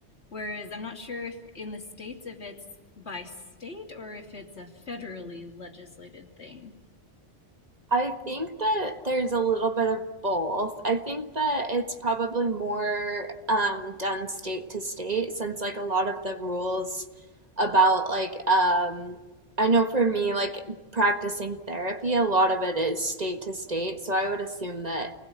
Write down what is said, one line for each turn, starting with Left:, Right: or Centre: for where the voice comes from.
Left: Whereas I'm not sure if in the States, if it's by state or if it's a federally legislated thing.
Right: I think that there's a little bit of both. I think that it's probably more um, done state to state since like a lot of the rules about like um, I know for me like practicing therapy, a lot of it is state to state. So I would assume that